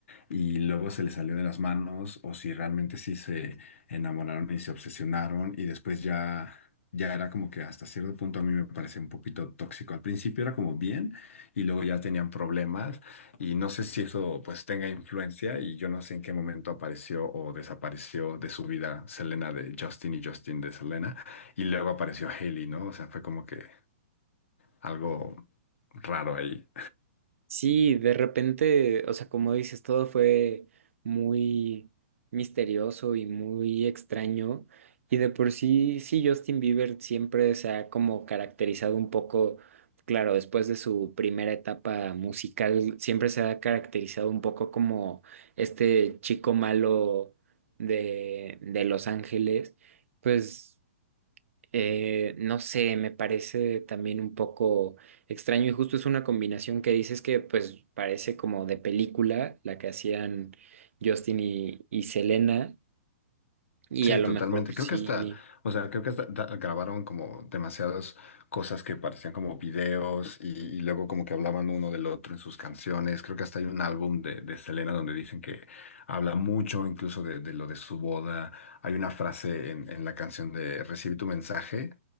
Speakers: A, on the left; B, on the right.
A: y luego se les salió de las manos o si realmente sí se enamoraron y se obsesionaron y después ya ya era como que hasta cierto punto a mí me parecía un poquito tóxico. Al principio era como bien y luego ya tenían problemas y no sé si eso pues tenga influencia y yo no sé en qué momento apareció o desapareció de su vida Selena de Justin y Justin de Selena y luego apareció Hailey, ¿no? O sea, fue como que algo raro ahí.
B: Sí, de repente, o sea, como dices, todo fue muy misterioso y muy extraño. Y de por sí, sí, Justin Bieber siempre se ha como caracterizado un poco, claro, después de su primera etapa musical, siempre se ha caracterizado un poco como este chico malo de, de Los Ángeles. Pues eh, no sé, me parece también un poco extraño y justo es una combinación que dices que pues parece como de película, la que hacían Justin y, y Selena, y
A: Sí,
B: a lo
A: totalmente.
B: mejor sí,
A: Creo que hasta, o sea, creo que hasta da- grabaron como demasiadas cosas que parecían como videos y, y luego como que hablaban uno del otro en sus canciones. Creo que hasta hay un álbum de, de Selena donde dicen que habla mucho incluso de, de lo de su boda. Hay una frase en, en la canción de Recibí tu mensaje